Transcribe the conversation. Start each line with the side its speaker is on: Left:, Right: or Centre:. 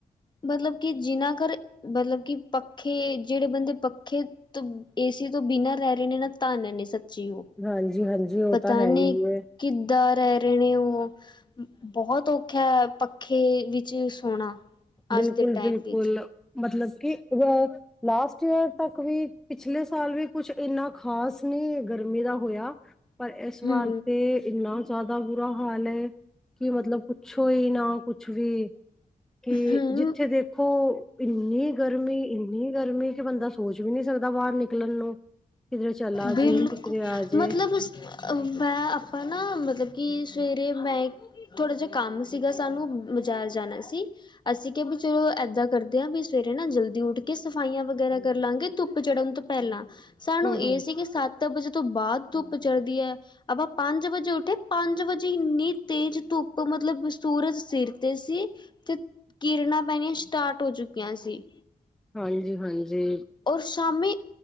Left: ਮਤਲੱਬ ਕਿ ਜਿਨਾ ਘਰ ਮਤਲੱਬ ਕੀ ਪੱਖੇ ਜਿਹੜੇ ਬੰਦੇ ਪੱਖੇ ਤੋਂ ਏਸੀ ਤੋਂ ਬਿਨਾਂ ਰਹਿ ਰਹੇ ਨੇ ਨਾ ਧਨ ਨੇ ਸੱਚੀ ਉਹ
Centre: ਹਾਂਜੀ ਹਾਂਜੀ ਉਹ
Left: ਪਤਾ
Centre: ਤਾਂ ਹੈ
Left: ਨੀ
Centre: ਈ ਏ
Left: ਕਿੱਦਾਂ ਰਹਿ ਰਹੇ ਨੇ ਉਹ ਬਹੁੱਤ ਔਖਾ ਪੱਖੇ ਵਿੱਚ ਸੋਣਾ
Centre: ਬਿਲਕੁੱਲ
Left: ਅੱਜ ਦੇ ਟਾਈਮ
Centre: ਬਿਲਕੁੱਲ
Left: ਵਿੱਚ
Centre: ਮਤਲੱਬ ਕੀ ਉਹ ਲਾਸਟ ਈਅਰ ਤੱਕ ਵੀ ਪਿਛਲੇ ਸਾਲ ਵੀ ਕੁੱਛ ਇੰਨਾ ਖ਼ਾਸ ਨਹੀਂ ਗਰਮੀਂ ਦਾ ਹੋਇਆ ਪਰ ਇਸ ਵਾਰ
Left: ਹੂੰ
Centre: ਤੇ ਇੰਨਾ ਜ਼ਿਆਦਾ ਬੁਰਾ ਹਾਲ ਐ ਕਿ ਮਤਲਬ ਪੁਛੋ ਈ ਨਾ ਕੁਛ ਵੀ ਕਿ
Left: ਹੂੰ
Centre: ਜਿੱਥੇ ਦੇਖੋ ਇੰਨੀ ਗਰਮੀ ਇੰਨੀ ਗਰਮੀ ਕਿ ਬੰਦਾ ਸੋਚ ਵੀ ਨਹੀਂ ਸਕਦਾ ਦਾ ਬਾਹਰ ਨਿਕਲਣ ਨੂੰ ਕਿਧਰੇ ਚਲਾ
Left: ਬਿਲਕੁਲ
Centre: ਜੇ ਕਿਧਰੇ ਆ ਜੇ
Left: ਮਤਲਬ ਉਸ ਮੈਂ ਆਪਾਂ ਨਾ ਮਤਲਬ ਕਿ ਸਵੇਰੇ ਮੈਂ ਥੋੜਾ ਜਿਹਾ ਕੰਮ ਸੀਗਾ ਸਾਨੂੰ ਬਜ਼ਾਰ ਜਾਣਾ ਸੀ ਅਸੀਂ ਕਿਹਾ ਵੀ ਚਲੋ ਇਏਦਾਂ ਕਰਦੇ ਹਾਂ ਵੀ ਸਵੇਰੇ ਨਾ ਜਲਦੀ ਉੱਠ ਕੇ ਸਫਾਈਆਂ ਵਗੈਰਾ ਕਰ ਲਾਂਗੇ ਧੁੱਪ ਚੜਨ ਤੋਂ ਪਹਿਲਾਂ ਸਾਨੂੰ
Centre: ਹੂੰ-ਹੂੰ
Left: ਇਹ ਸੀ ਕਿ ਸੱਤ ਵਜੇ ਤੋਂ ਬਾਅਦ ਧੁੱਪ ਚੜ੍ਹਦੀ ਐ ਆਪਾਂ ਪੰਜ ਵਜੇ ਉੱਠੇ ਪੰਜ ਵਜੇ ਇੰਨੀ ਤੇਜ਼ ਧੁੱਪ ਮਤਲਬ ਸੂਰਜ ਸਿਰ ਤੇ ਸੀ ਤੇ ਕਿਰਨਾਂ ਪੈਣੀਆਂ ਸਟਾਰਟ ਹੋ ਚੁੱਕੀਆਂ ਸੀ
Centre: ਹਾਂਜੀ ਹਾਂਜੀ
Left: ਔਰ ਸ਼ਾਮੀ